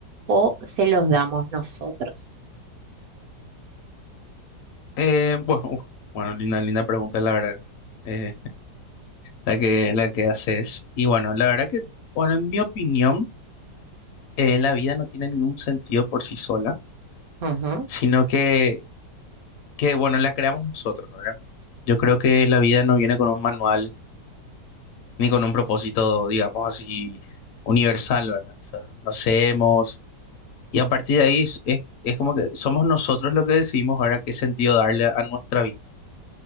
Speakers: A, on the right; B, on the left.
A: o se los damos nosotros?
B: Eh, Eh, bueno, uf, bueno, linda, linda pregunta, la verdad. Eh, la que, la que haces. Y bueno, la verdad que, bueno, en mi opinión, eh, la vida no tiene ningún sentido por sí sola,
A: Ujú.
B: sino que, que, bueno, la creamos nosotros, ¿verdad? Yo creo que la vida no viene con un manual ni con un propósito, digamos así, universal, ¿verdad? O sea, nacemos. Y a partir de ahí es, es- es como que somos nosotros los que decidimos ahora qué sentido darle a nuestra vida.